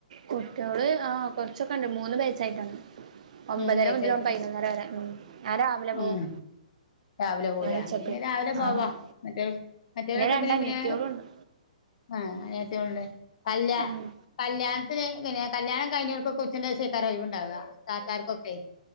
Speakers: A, on the right (about 65°); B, on the left (about 55°).
A: കുട്ട്യാള് ആഹ് കൊറച്ചൊക്കെ ഉണ്ട് മൂന്ന് ബാച്ചായിട്ടന്ന് ഒമ്പതര
B: മൂന്ന് ബാച്ചായിട്ടല്ലേ
A: മുതൽ പതിനൊന്നര വരെ ഉമ് ഞാൻ രാവിലെ
B: ഉം
A: പോവും
B: രാവിലെ പോലെ
A: ഉച്ചക്ക്
B: പിന്നെ രാവിലെ പോവാ
A: ആഹ്
B: മറ്റേർ മറ്റേവരൊക്കെ
A: രണ്ട്
B: പിന്നെ
A: അനിയത്തിയോളുണ്ട്
B: പിന്നെ ആഹ് അനിയത്തോള്ണ്ട് അല്ല
A: ഉം
B: കല്യാണത്തിന് പിന്നെ കല്യാണം കഴിഞ്ഞ് <unintelligible> ഉച്ചന്റേഷെക്കാരം ഒഴിവ് ഇണ്ടാവാ താത്താർക്കൊക്കെ